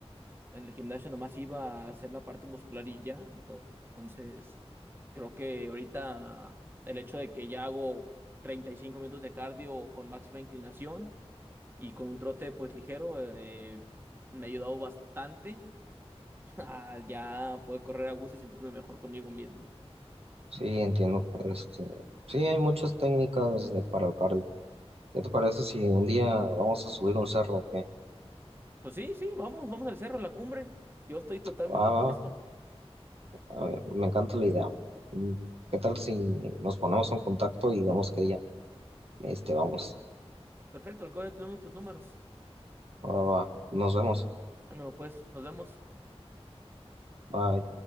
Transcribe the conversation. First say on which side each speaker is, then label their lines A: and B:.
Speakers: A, on the right; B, on the right.
A: En el gimnasio nomás iba a hacer la parte muscular y ya. Entonces, creo que ahorita el hecho de que ya hago 35 minutos de cardio con máxima inclinación y con un trote pues ligero, eh, me ha ayudado bastante <laughs> a ya poder correr a gusto y sentirme mejor conmigo mismo.
B: Sí, entiendo. Este, sí, hay muchas técnicas de- para el cardio. ¿Qué te parece si un día vamos a subir un cerro? o qué?
A: Pues sí, sí, vamos, vamos al cerro, a la cumbre. Yo estoy totalmente
B: Ah,
A: puesto.
B: ah, me encanta la idea. Mm, ¿Qué tal si nos ponemos en contacto y vemos qué día? Este, vamos.
A: Perfecto, al código tenemos nuestros números.
B: Ahora va. Nos vemos.
A: Ah, no, pues, nos vemos.
B: Bye.